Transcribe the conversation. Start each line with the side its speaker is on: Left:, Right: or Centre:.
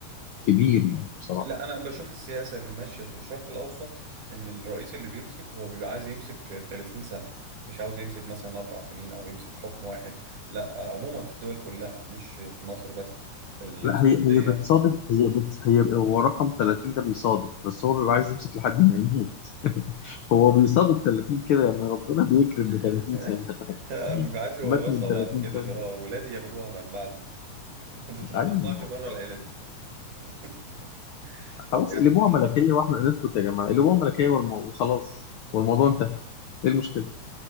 Left: كبير يعني بصراحة
Right: لا انا بشوف السياسه اللي ماشيه في الشرق الاوسط ان الرئيس اللي بيمسك هو بيبقى عايز يمسك 30 سنه مش عاوز يمسك مثلا اربع سنين او يمسك حكم واحد لا عموما في الدول كلها مش في مصر بس في السعوديه
Left: لا هي هي بتصادف هي بت هي هو رقم 30 ده بيصادف بس هو بيبقى عايز يمسك لحد ما يموت هو بيصادف 30 كده يعني ربنا بيكرم ب
Right: <laughs>
Left: 30 سنة <laughs>
Right: بيبقى عايز يورثها
Left: مات من 30
Right: بعد كده
Left: سنة
Right: اللي هو ولادي ياخدوها من بعدي ما تط- ما
Left: ايوه
Right: تطلعش
Left: ما هو
Right: بره العيله دي <laughs> طب
Left: خلاص
Right: يا
Left: قلبوها
Right: عم فل
Left: ملكية واحنا نسكت يا جماعة قلبوها ملكية والمو... وخلاص والموضوع انتهى ايه المشكلة